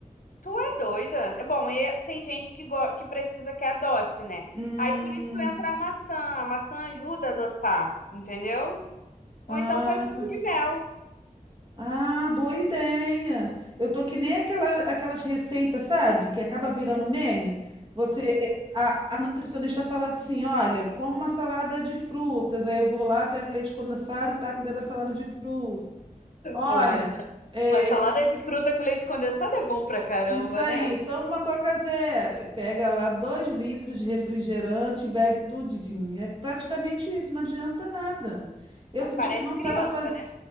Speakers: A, on the left (about 70°); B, on the right (about 35°).
A: Tu é doida? É bom, e tem gente que, go- que precisa que adoce, né?
B: Hum,
A: Aí por isso entra a maçã. A maçã ajuda a adoçar, entendeu? Ou
B: ah,
A: então põe um pouco
B: s-
A: de mel.
B: ah, boa ideia. Eu tô que nem aquela, aquelas receitas, sabe? Que acaba virando meme. Você, a, a nutricionista fala assim: olha, como uma salada de frutas. Aí eu vou lá, pego leite condensado e taco dentro da salada de frutas. Olha,
A: Pô, mas,
B: é,
A: mas salada de fruta com leite condensado é bom pra caramba,
B: isso aí,
A: né?
B: toma uma Coca Zero, pega lá dois litros de refrigerante e bebe tudinho. É praticamente isso, não adianta nada. Eu
A: Aí
B: senti
A: Parece
B: que não
A: criança,
B: estava fazendo.
A: né?